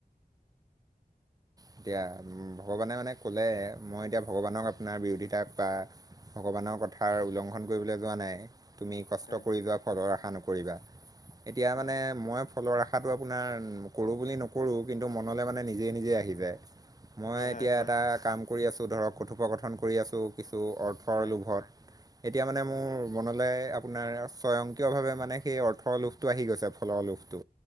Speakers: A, on the right; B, on the left.
A: এতিয়া উ ভগৱানে মানে ক'লে মই এতিয়া ভগৱানক আপোনাৰ বিৰতি তাক বা ভগৱানৰ কথাৰ উলংঘন কৰিবলৈ যোৱা নাই। তুমি কষ্ট
B: হয়
A: কৰি যোৱা ফলৰ আশা নকৰিবা এতিয়া
B: হয়
A: মানে মই ফলৰ আশাটো আপোনাৰ কৰোঁ বুলি নকৰোঁ কিন্তু মনলৈ মানে নিজে নিজে আহিব। মই
B: হয় হয়
A: এতিয়া
B: হয়
A: এটা কাম কৰি আছো ধৰক কথোপকথন কৰি আছো। কিছু অৰ্থৰ
B: হয়
A: লোভত এতিয়া মানে মোৰ মনলৈ আপোনাৰ স্বয়ং কিয়ভাৱে মানে সেই অৰ্থৰ লোভটো আহি গৈছে ফলৰ লোভটো